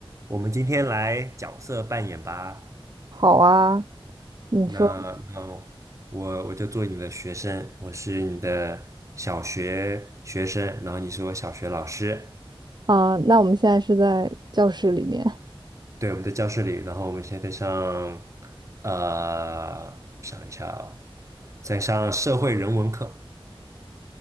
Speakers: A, on the right; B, on the right.
A: 我们今天来角色扮演吧。
B: 好啊，你说
A: 那那我我就做你的学生，我是你的小学学生，然后你是我小学老师。
B: 啊，那我们现在是在教室里面，
A: 对，我们在教室里，然后我们现在在上，呃，我想一下哦，在上社会人文课。